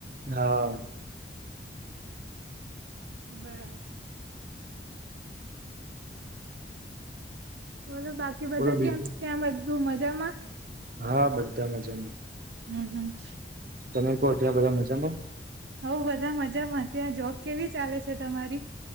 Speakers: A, on the right (about 50°); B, on the right (about 80°).
A: હા
B: બરાબર. બોલો બાકી બધા
A: બોલો બીજું
B: કેમ ત્યાં બધું મજામાં?
A: હા, બધા મજામાં.
B: હમ્મ, હમ્મ.
A: તમે કહો તા બધા મજામાં?
B: હોવ, બધા મજામાં ત્યાં જોબ કેવી ચાલે છે તમારી?